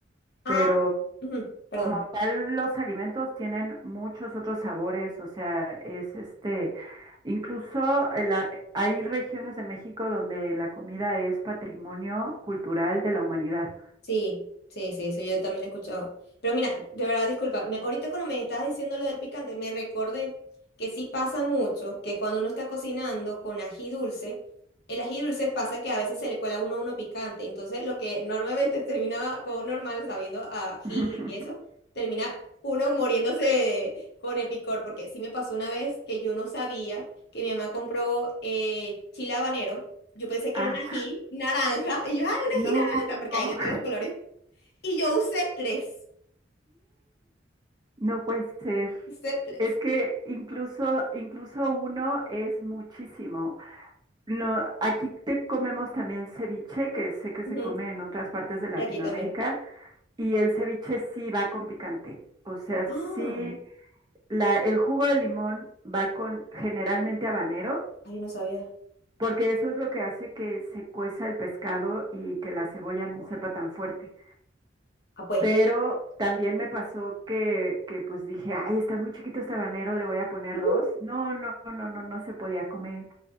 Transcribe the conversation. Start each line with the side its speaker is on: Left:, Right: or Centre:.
Left: Ah,
Right: Pero
Left: ujú, perdón.
Right: como tal, los alimentos tienen muchos otros sabores, o sea, es este, incluso en la- hay regiones de México donde la comida es patrimonio cultural de la humanidad.
Left: Sí, sí, sí, eso yo también lo he escuchado. Pero mira, de verdad, disculpa, me- ahorita cuando me estabas diciendo lo del picante, me recordé que sí pasa mucho que cuando uno está cocinando con ají dulce, el ají dulce pasa que a veces se le cuela uno uno picante. Entonces, lo que normalmente <laughs> terminaba como normal, sabiendo a ají
Right: <laughs>
Left: y eso, termina uno muriéndose de- con el picor. Porque sí me pasó una vez que yo no sabía que mi mamá compró eh, chile habanero. Yo pensé que
Right: Ah,
Left: era un ají naranja. Y yo, ¡ay, un
Right: no.
Left: ají naranja! <laughs> acá porque
Right: no.
Left: hay de todos los colores. Y yo usé tres.
Right: No puede ser.
Left: Usé tres.
Right: Es que incluso, incluso uno es muchísimo. No, aquí te comemos también ceviche, que sé que
Left: Ujú.
Right: se come en otras partes de Latinoamérica,
Left: Y aquí también.
Right: y el ceviche sí va con picante. O sea,
Left: Ah,
Right: sí, la, el jugo de limón va con generalmente habanero,
Left: ay, yo no sabía.
Right: porque eso es lo que hace que se cueza el pescado y que la cebolla no sepa tan fuerte.
Left: Ah, pues.
Right: Pero también me pasó que, que pues dije, ay, está muy chiquito este habanero, le voy a poner
Left: <laughs>
Right: dos. No, no, no, no, no, no se podía comer.